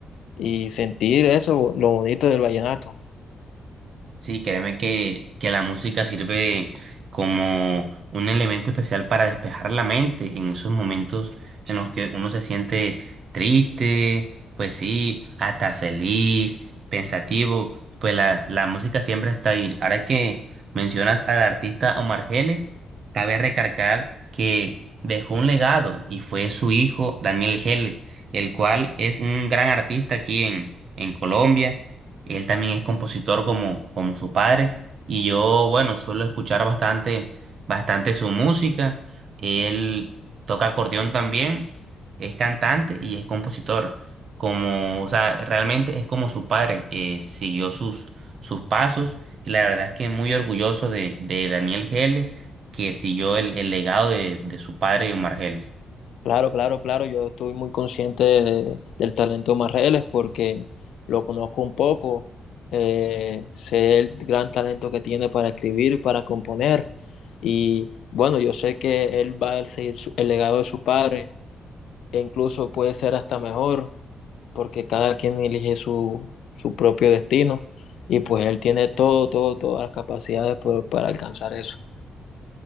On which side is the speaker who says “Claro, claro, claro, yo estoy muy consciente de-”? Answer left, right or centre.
Left